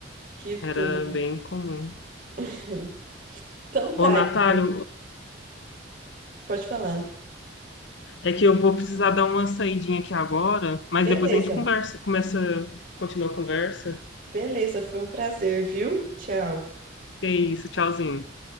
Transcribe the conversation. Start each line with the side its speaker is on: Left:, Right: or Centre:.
Right: Que tudo.
Left: era bem comum.
Right: <laughs> Então
Left: Ô,
Right: tá,
Left: Natália,
Right: Igor, pode falar.
Left: é que eu vou precisar dar uma saidinha aqui agora, mas
Right: Beleza,
Left: depois a gente conversa, começa, continua a conversa.
Right: beleza, foi um prazer, viu? Tchau.
Left: Que é isso, tchauzinho.